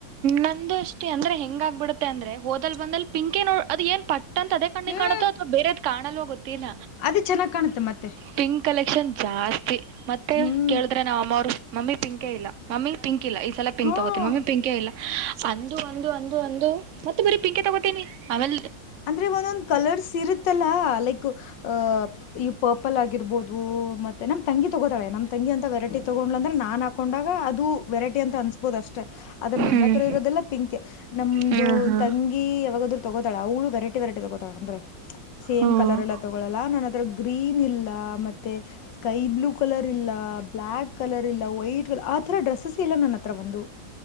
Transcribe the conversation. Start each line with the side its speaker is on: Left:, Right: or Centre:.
Right: ನಂದು ಅಷ್ಟೇ ಅಂದ್ರೆ ಹೆಂಗ ಆಗ್ಬಿಡುತ್ತೆ ಅಂದ್ರೆ ಹೋದಲ್ ಬಂದಲ್ಲಿ ಪಿಂಕ ನೋ ಅದು ಏನ್ ಪಟ್ ಪಟ್ಟಂತ ಅದೇ ಕಣ್ಣಿಗೆ
Left: ಹ್ಞೂ
Right: ಕಾಣುತ್ತೋ ಅಥ್ವಾ ಬೇರೆದ್ ಕಾಣಲ್ವ ಗೊತ್ತಿಲ್ಲ.
Left: ಅದೇ ಚೆನ್ನಾಗಿ ಕಾಣುತ್ತೆ ಮತ್ತೆ
Right: ಪಿಂಕ್ ಕಲೆಕ್ಷನ್ ಜಾಸ್ತಿ ಮತ್ತೆ
Left: ಹ್ಞೂ
Right: ಕೇಳಿದ್ರೆ ನಮ್ ನಮಮ್ಮವರ್, ಮಮ್ಮಿ ಪಿಂಕೇ ಇಲ್ಲ, ಮಮ್ಮಿ ಪಿಂಕ್ ಇಲ್ಲ, ಈ ಸಲ ಪಿಂಕ್
Left: ಹಾಂ
Right: ತಗೋತಿನ ಮಮ್ಮಿ ಪಿಂಕೇ ಇಲ್ಲ, ಅಂದು ಅಂದು ಅಂದು ಅಂದು ಮತ್ತೆ ಬರೀ ಪಿಂಕ ತಗೋತೀನಿ. ಆವೇಲ್ಡ್
Left: ಅಂದ್ರೆ ಒಂದೊಂದ ಕಲರ್ಸ್ ಇರುತ್ತಲ್ಲ, ಲೈಕ್ ಅಹ ಈ ಪರ್ಪಲ್ ಆಗಿರ್ಬೋದು ಮತ್ತೆ ನಮ್ ತಂಗಿ ತಗೋತಾಳೆ. ನಮ್ ತಂಗಿ ಅಂತ ವೆರೈಟಿ, ತಗೊಂಡ್ಲಾ ಅಂದ್ರೆ ನಾ ಹಾಕೊಂಡಾಗ ಅದು ವೆರಟಿ ಅಂತ ಅನ್ಸತ್, ಅಗಬಹುದು ಅಷ್ಟೇ ಆದ್ರ ನನ್ನ
Right: ಹ್ಮ್
Left: ಹತ್ರ ಇರೋದೆಲ್ಲ ಪಿಂಕೆ. ನಮ್ದ
Right: ಹ್ಮ್ ಹಾ
Left: ತಂಗಿ, ಯಾವಾಗಾದ್ರು ತಗೋತಳ ಅವಳು ವೆೈರ್ಟಿ ವೆೈರ್ಟಿ ತಗೋತಾಳ. ಅಂದ್ರೆ, ಸೇಮ್
Right: ಹ್ಮ್
Left: ಕಲರ್ ಎಲ್ಲ ತಗೊಳಲ್ಲ. ನನ್ದ್ರ ಗ್ರೀನ್ ಇಲ್ಲ, ಮತ್ತೆ ಸ್ಕೈ ಬ್ಲೂ ಕಲರ್ ಇಲ್ಲ, ಬ್ಲ್ಯಾಕ್ ಕಲರ್ ಇಲ್ಲ, ವೈಟ್ ಕಲರ್ ಆ ಥರ ಡ್ರೆಸ್ಸಸ್ ಇಲ್ಲ ನನ್ನ ಹತ್ರ ಒಂದು.